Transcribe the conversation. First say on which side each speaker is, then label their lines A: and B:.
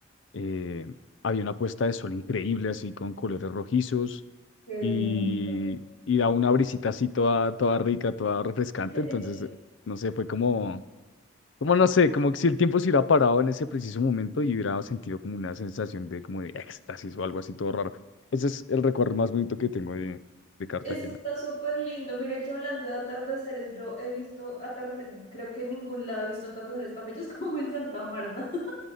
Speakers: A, on the left (about 70°); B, on the left (about 35°).
A: eh, había una puesta de sol increíble así con colores rojizos
B: qué
A: y,
B: lindo.
A: y da una brisita así toda, toda rica, toda refrescante,
B: <laughs>
A: entonces no sé, fue como, como no sé, como que si el tiempo se hubiera parado en ese preciso momento y hubiera sentido como una sensación de como de éxtasis o algo así todo raro. Ese es el recuerdo más bonito que tengo de, de Cartagena.
B: Eso está súper lindo. Mira que hablando de atardeceres, yo he visto atardeceres, creo que en ningún lado he visto atardeceres tan bellos <laughs> como en Santa Marta.